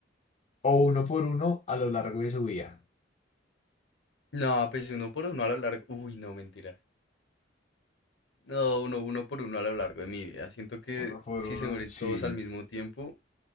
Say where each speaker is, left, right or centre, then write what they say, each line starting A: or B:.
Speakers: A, on the left; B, on the left.
A: O uno por uno a lo largo de su vida.
B: No, pues uno por uno a lo largo. Uy, no, mentiras. No, uno, uno por uno a lo largo de mi vida. Siento que
A: Uno por
B: si
A: uno,
B: se mueren
A: sí.
B: todos al mismo tiempo,